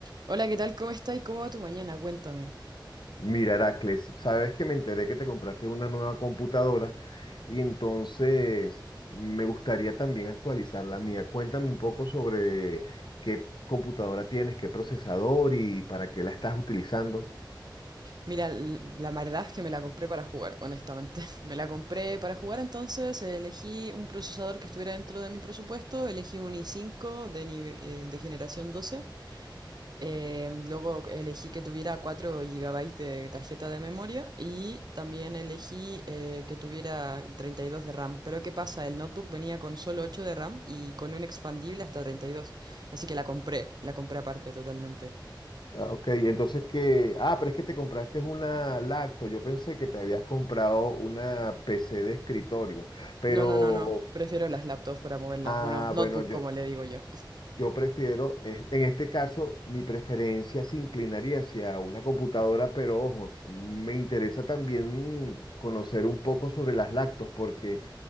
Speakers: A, on the right; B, on the left.
A: Hola, ¿qué tal? ¿Cómo estás? ¿Cómo va tu mañana? Cuéntame.
B: Mira, Heracles, sabes que me enteré que te compraste una nueva computadora y entonces me gustaría también actualizar la mía. Cuéntame un poco sobre qué computadora tienes, qué procesador y para qué la estás utilizando.
A: Mira, l- la verdad es que me la compré para jugar, honestamente. <laughs> Me la compré para jugar, entonces eh, elegí un procesador que estuviera dentro de mi presupuesto, elegí un i cinco de, nive- eh, de generación 12. eh, luego elegí que tuviera 4 gigabytes de tarjeta de memoria y también elegí eh, que tuviera 32 de RAM. Pero ¿qué pasa? El notebook venía con solo 8 de RAM y con un expandible hasta 32, así que la compré, la compré aparte totalmente.
B: Ah, ok, entonces que... Ah, pero es que te compraste una lacto. Yo pensé que te habías comprado una PC de escritorio, pero...
A: No, no, no, no. Prefiero las laptops para moverlas.
B: Ah,
A: Bueno, notebook
B: bueno, yo...
A: como le digo yo.
B: Yo prefiero, es- en este caso, mi preferencia se inclinaría hacia una computadora, pero ojo, me interesa también conocer un poco sobre las lactos, porque